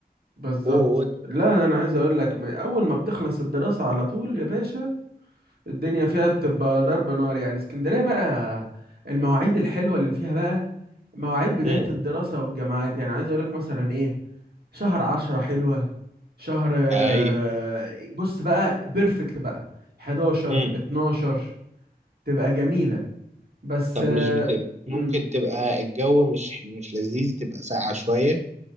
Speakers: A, on the right; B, on the right.
A: بالظبط
B: موت
A: لا انا عايز اقول لك من اول ما بتخلص الدراسة على طول يا باشا الدنيا فيها بتبقى ضرب نار يعني اسكندرية بقى المواعيد الحلوة اللي فيها بقى مواعيد بداية
B: مم.
A: الدراسة والجامعات يعني عايز اقول لك مثلا ايه شهر عشرة حلوة شهر آه،
B: أي
A: بص بقى بيرفكت بقى 11
B: مم.
A: 12 تبقى جميلة بس
B: طب مش
A: آه،
B: بتبقى ممكن
A: مم،
B: تبقى الجو مش مش لذيذ تبقى ساقعة شوية